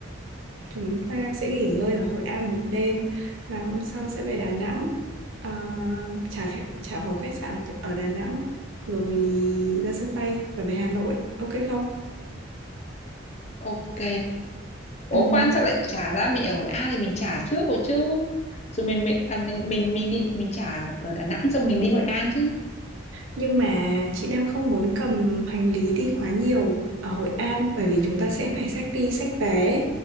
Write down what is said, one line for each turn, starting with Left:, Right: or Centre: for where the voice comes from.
Right: chúng ta sẽ nghỉ ngơi ở Hội An một đêm và hôm sau sẽ về Đà Nẵng. Ờ, trả khách- trả phòng khách sạn ở ở Đà Nẵng rồi ra sân bay và về Hà Nội. Ok không?
Left: ok Ủa
Right: Ừm,
Left: quan sao lại trả ra mình ở Hội An thì mình trả trước rồi chứ rồi mình mình à, mình mình mình đi mình trả ở Đà Nẵng xong mình đi Hội An chứ
Right: nhưng mà chị đang không muốn cầm hành lý đi quá nhiều ở Hội An bởi vì chúng ta sẽ phải xách đi xách vé.